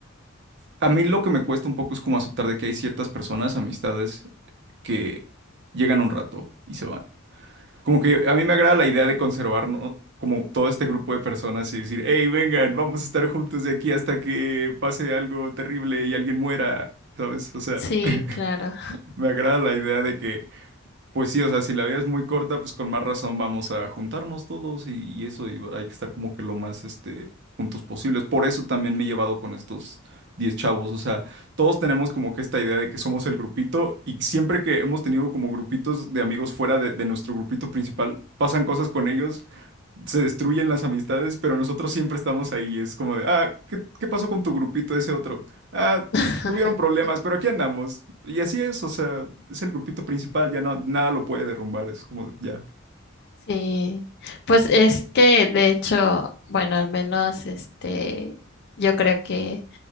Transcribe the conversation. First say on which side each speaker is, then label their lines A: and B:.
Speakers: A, on the right; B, on the left.
A: A mí lo que me cuesta un poco es como aceptar de que hay ciertas personas, amistades, que llegan un rato y se van. Como que a mí me agrada la idea de conservar, ¿no? como todo este grupo de personas y decir, hey, vengan, vamos a estar juntos de aquí hasta que pase algo terrible y alguien muera, ¿sabes? O sea,
B: Sí,
A: <laughs>
B: claro.
A: me agrada la idea de que pues sí, o sea, si la vida es muy corta, pues con más razón vamos a juntarnos todos y, y eso, y hay que estar como que lo más, este, juntos posibles. Por eso también me he llevado con estos 10 chavos, o sea, todos tenemos como que esta idea de que somos el grupito y siempre que hemos tenido como grupitos de amigos fuera de, de nuestro grupito principal, pasan cosas con ellos se destruyen las amistades, pero nosotros siempre estamos ahí. Es como de, ah, ¿qué, qué pasó con tu grupito ese otro? Ah,
B: <laughs>
A: tuvieron problemas, pero aquí andamos. Y así es, o sea, es el grupito principal, ya no, nada lo puede derrumbar, es como de, ya,
B: Sí, pues es que de hecho, bueno, al menos este, yo creo que